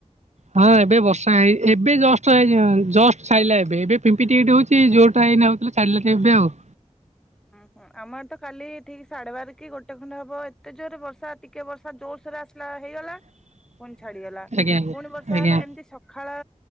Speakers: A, on the right (about 70°); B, in the centre.
A: ହଁ ଏବେ ବର୍ଷା ହେଇ ଏବେ ଜଷ୍ଟ ଏଇ ଯି ଅଁ ଜଷ୍ଟ ସାଇଲା ଏବେ ଏବେ ପିମ୍ପି ଟିକେ ଟିକେ ହଉଚି ଯୋରଟା ଏଇନା ହଉଥିଲା। ଛାଡ଼ିଲା ଟି ଏବେ ଆଉ।
B: ଅଁ ହୋ। ଆମ ଆଡ଼େ ତ କାଲି ଠିକି ସାଢ଼େ ବାର କି ଗୋଟେ ଖଣ୍ଡେ ହବ ଏତେ ଜୋରେ ବର୍ଷା ଟିକେ ବର୍ଷା ଜୋର ସୋରେ ଆସିଲା ହେଇଗଲା
A: <unintelligible>
B: ଫୁଣି ଛାଡ଼ିଗଲା
A: ଆଜ୍ଞା ଆଜ୍ଞା
B: ପୁଣି ବର୍ଷା
A: ଆଜ୍ଞା।
B: ହେଲା ଏମତି ସ ଖାଳ